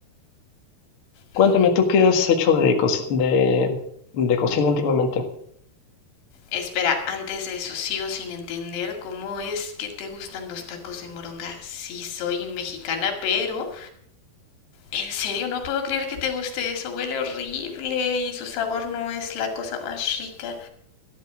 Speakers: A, on the left (about 45°); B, on the left (about 80°).
A: cuéntame
B: Mm,
A: tú qué has hecho de, co- de, de cocina últimamente.
B: espera, antes de eso sigo sin entender cómo es que te gustan los tacos de moronga. Sí, soy mexicana, pero en serio no puedo creer que te guste eso. Huele horrible y su sabor no es la cosa más rica.